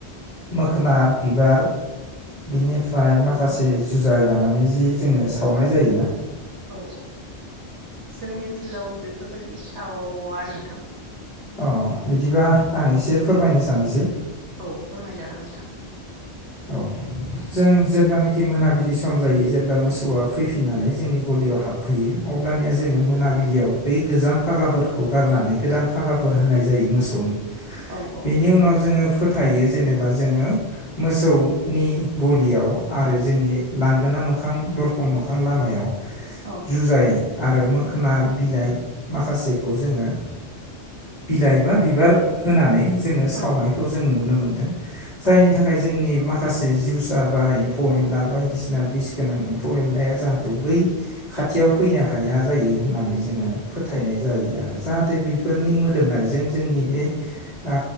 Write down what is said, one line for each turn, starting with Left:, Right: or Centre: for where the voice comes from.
Left: मोखोना बिबार बिनिफ्राय माखासे जुजाय लानानै जि जोङो सावनाय जायोना?
Right: औ जोंनि ओनसोलाव बेफोर बादि सावा नोंथां।
Left: अ' बिदिबा
Right: औ
Left: आं एसे फोरमायनो साननोसै।
Right: औ फोरमायजागोन नोंथां
Left: औ जों जेब्लानाखि मोनाबिलि सम जायो जेब्ला मोसौआ फैफिननानै जोंनि गलियाव हाबफैयो अब्लानिया जोङो मोनाबिलियाव बै गोजाम फागाफोरखौ गारनानै गोदान फागाफोर होनाय जायो मोसौनि।
Right: औ औ
Left: बेनि उनाव जोङो फो थायो जेनेबा जोङो मोसौनि गलियाव आरो जोंनि लांगोना मोखां दरखं मोखां लामायाव
Right: औ
Left: जुजाय आरो मोखोना बिलाइ माखासेखौ जोङो जाहैबा बिबार होनानै जोङो सावनायखौ
Right: औ
Left: जों नुनो मोन जायनि
Right: औ
Left: थाखाय जोंनि मा खासे जिउसा बा एम्फौ-एनला बायदिसिना बिस गोनां एम्फौ-एनलाया जाहाथे बै खाथियाव फैनो हाया जायो होननानै जोङो फोथायनाय जायो आरो जाहाथे बै फोरनि मोदोमनायजों जोंनि बे ओ